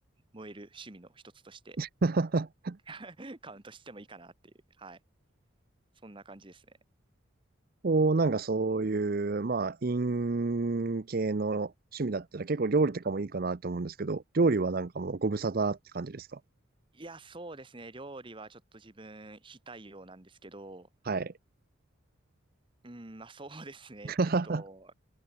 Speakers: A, on the right; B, on the right.
A: 燃える趣味の一つとして
B: <laughs>
A: <laughs> カウントしてもいいかなっていう、はい。そんな感じですね。
B: お、なんかそういう、まあ、イン系の趣味だったら結構料理とかもいいかなと思うんですけど、料理はなんかもうご無沙汰って感じですか
A: いや、そうですね。料理はちょっと自分非対応なんですけど、
B: はい。
A: うん、まあそうですね。
B: <laughs>
A: えっと、
B: は